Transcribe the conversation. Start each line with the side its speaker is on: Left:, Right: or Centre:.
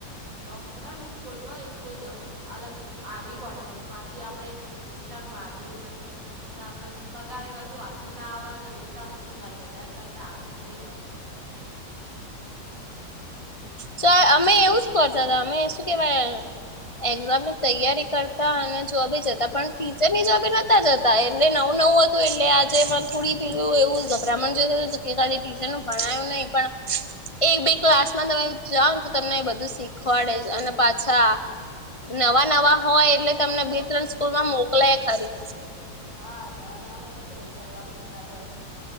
Right: જોબ છે ને. સ્કૂલમાં હોય સ્કૂલ જ અલગ આધી પડે હન પાછી આપડે રિક્ષામ ભાડું ને એમ કરતાં-કરતાં આપડે પગારે કશું હાથમાં ન આવ ને રિક્ષામાં જત તારે બધા કરતા, હાલ તો બીજે જોબ કરું.
Left: ચા અમે એવું જ કરતાં અતા, અમે શું કેવાય. એક્ઝામની તૈયારી કરતા અને જોબે જતા પણ ટીચરની જોબે નતા જતા. તા એટલે નવું-નવું હતું એટલે આજે પણ થોડી પેલું એવું ગભરામણ જેવું થતું અતું કે. કે ખાલી ટીચરનું ભણાયું નઈ પણ એક-બે ક્લાસમાં તમે જાવને તો તમને એ બધું શીખવાડે જ અને પાછા નવા-નવા હોય એટલે તમને બે ત્રણ સ્કૂલમાં મોકલય ખરી.
Right: હા નવા-નવા હોય એટલે બધે ફરવાનું વધારે હોય.